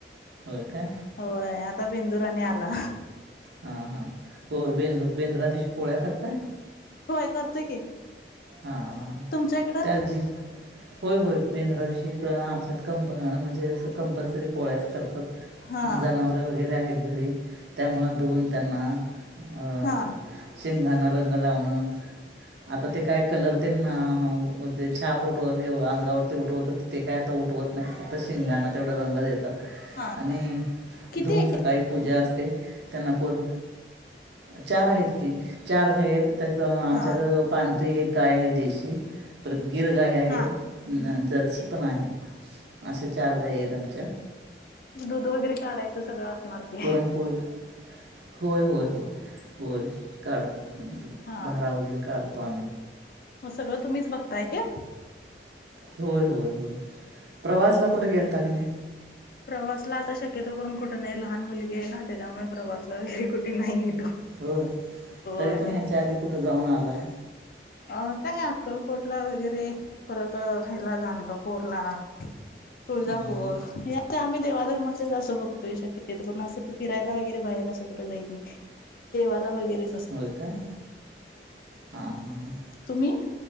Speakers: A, on the right; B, on the left.
A: होय काय.
B: होय आता बेंदूरं आणि आला.
A: हां हां होयं बेंद्र बेंद्रा दिवशी पोळ्या करताय?
B: होय करतोय की.
A: हा हां.
B: तुमच्या इकडं.
A: त्या जी होय होय बेंद्रा दिवशी हिकडं आमच्यात कंप म्हणजे असं कंपल्सरी पोळ्याच करतात.
B: हा
A: जनावरे वगैरे आहेत घरी त्यामुळं धुऊन त्यांना अ
B: हा
A: बेय. शेंगांना रंग लावणं आता ते काय कलर तेन हं हं. जे छाप उटवते अंगावरती उठवतात ते काय आता उठवत नाही फक्त शेंगाना तेवढा रंग देतात
B: हा
A: आणि
B: किती
A: धुऊन सकाळी. पूजा असते त्यांना पण चार आहेत की चार गाईत आहेत. तसं आमच्यात
B: हा
A: पांढरी एक गाय आहे देशी. परत गिर गाय आहे
B: हा
A: जर्शी पण आहे. अश्या चार गायी आहेत आमच्या.
B: दुध वगैरे काढायचं सगळं असणार की.
A: पुरणपोळी होय होय होय होय काढते
B: हा
A: धारा वगैरे काढतो आम्ही.
B: म सगळं तुम्हीच बघताय की.
A: होय होय होय प्रवासला कुठे गेलता का नाही.
B: प्रवासला आता शक्यतो करून कुठं नाही लहान मुलगी आहे ना त्याच्यामुळे प्रवासला वगैरे कुठे नाही गेलो.
A: होय
B: होय
A: तरी पण हेच्या आधी कुठं जाऊन आलाय.
B: अ काय अक्कलकोटला वगैरे परत हेला गाणगा पोरला तुळजापूर
A: हां हां
B: ह्या. की आम्ही देवाधर्माचेच असं बघतोय शक्यता करून असं फिरायला वगैरे बाहेर असं कुठं जायीत नाही. देवाला वगैरे.
A: होय काय. हा हा हा
B: तुम्ही